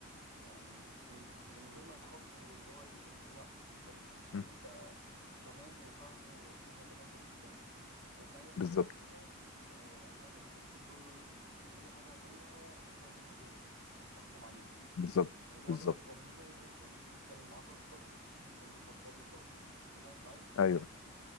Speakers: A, on the right (about 70°); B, on the left (about 75°).
A: يعني من, من غير ما يتخض واللي هو ايه لا انت تحسسه
B: مم.
A: ان انت تمام وفاهمه والدنيا تمام بالنسبه له لان اي حاجه
B: بالظبط
A: هتقولها آه يعني مثلا انت ممكن تقول له ايه اي حاجه هتقولها هتفضل بيني وبينك انا مش هحكم عليك
B: بالظبط
A: الموضوع
B: بالظبط
A: ده هيطمنه وهيخليه يتكلم معاك اكتر يخليه يفضفض لك اكتر وده انت عايز كده
B: ايوه